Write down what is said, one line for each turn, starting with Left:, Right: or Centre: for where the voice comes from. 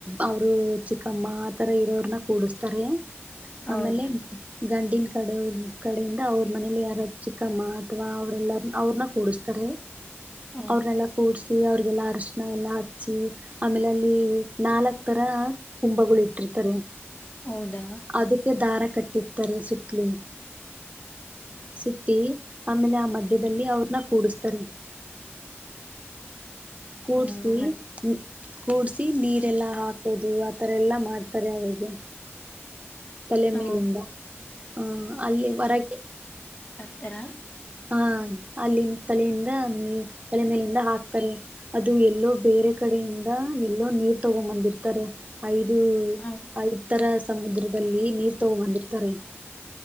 Right: ಅವರು ಚಿಕ್ಕಮ್ಮ ಆತರ ಇರೋರನ್ನ ಕೂಡಸ್ತಾರೆ
Left: ಹೌದು
Right: ಆಮೇಲೆ ಗಂಡಿನ ಕಡೆ ಕಡೆಯಿಂದ ಅವ್ರ ಮನೇಲಿ ಯಾರ ಚಿಕ್ಕಮ್ಮ ಅಥವಾ ಅವರೆಲ್ಲರ ಅವ್ರನ್ನ ಕೂಡಸ್ತಾರೆ.
Left: ಹೌದು
Right: ಅವ್ರನ್ನೆಲ್ಲ ಕೂಡ್ಸ್ ಅವ್ರಿಗೆಲ್ಲಾ ಅರ್ಶಣ ಎಲ್ಲಾ ಹಚ್ಚಿ ಆಮೇಲೆ ಅಲ್ಲಿ ನಾಲ್ಕ್ ತರ ಕುಂಭಗಳು ಇಟ್ಟಿರ್ ತಾರೆ
Left: ಹೌದಾ?
Right: ಅದಕ್ಕೆ ದಾರ ಕಟ್ಟಿರ್ತಾರೆ ಸುತ್ತ್ಲಿ. ಸುತ್ತಿ ಆಮೇಲೆ ಆ ಮಧ್ಯದಲ್ಲಿ ಅವ್ರನ್ನ ಕೂಡಸ್ತಾರೆ. ಕೂಡ್ಸಿ
Left: ಆ ಮತ್
Right: ಕೂಡ್ಸಿ ನೀರೆಲ್ಲಾ ಹಾಕೋದು ಆತರ ಎಲ್ಲಾ ಮಾಡ್ತಾರೆ ಅವ್ರಗೆ. ತಲೆ
Left: ಓ
Right: ಮೇಲಿಂದ ಹ ಅಲ್ಲಿ ಹೊರಗೆ
Left: ಉತ್ತರ
Right: ಹಾ ಅಲ್ಲಿಂದ ತಲೆಯಿಂದ ತಲೆ ಮೇಲಿಂದ ಹಾಕ್ತಾರೆ ಅದು ಎಲ್ಲೋ ಬೇರೆ ಕಡೆಯಿಂದ ಎಲ್ಲೋ ನೀರ್ ತಗೊಂಡ್ ಬಂದಿರ್ತಾರೆ ಐದು
Left: ಆ
Right: ಐದ್ ತರ ಸಮುದ್ರದಲ್ಲಿ ನೀರ್ ತಗೋ ಬಂದಿರ್ತಾರೆ